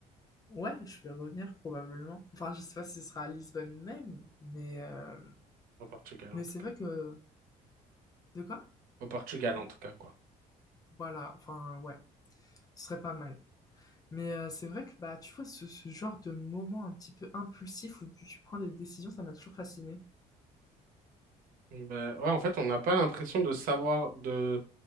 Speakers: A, on the left; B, on the right.
A: Ouais, je vais revenir probablement. Enfin, je sais pas si ce sera à Lisbonne même, mais, euh,
B: Au Portugal,
A: mais
B: en tout
A: c'est
B: cas.
A: vrai que... De quoi?
B: Au Portugal, en tout cas, quoi.
A: Voilà, enfin, ouais, ce serait pas mal. Mais euh, c'est vrai que, bah, tu vois, ce, ce genre de moment un petit peu impulsif où tu, tu prends des décisions, ça m'a toujours fasciné.
B: Ben, ouais, en fait, on n'a pas l'impression de savoir, de,